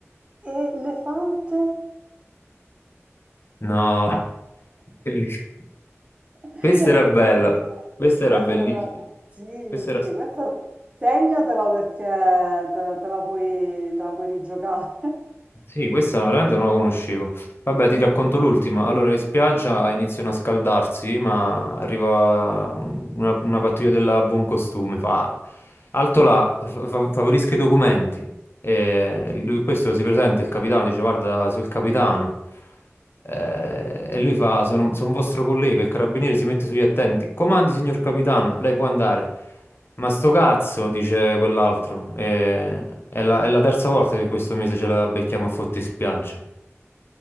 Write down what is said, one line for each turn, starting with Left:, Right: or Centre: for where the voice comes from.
Right: elefante
Left: No. Bellissimo.
Right: <laughs>
Left: Questa era
Right: Bellissima.
Left: bella. Questa
Right: Questa
Left: era bellissima.
Right: la- sì, sì,
Left: Questa era
Right: questa segnatela perché te la, te la puoi, te la puoi rigiocare.
Left: Sì, questa veramente non la conoscevo. Vabbè, ti racconto l'ultima. Allora, in spiaggia iniziano a scaldarsi, ma arriva un- una, una pattuglia della buon costume, fa alto là, fa- fa- favorisca i documenti. E lui, questo si presenta, il capitano dice: Guarda, sono il capitano. Eh, e lui fa: Sono, sono vostro collega. Il carabiniere si mette sugli attenti. Comandi, signor capitano, lei può andare. Ma sto cazzo, dice quell'altro. E- è la, è la terza volta che questo mese ce la becchiamo a fotti spiaggia.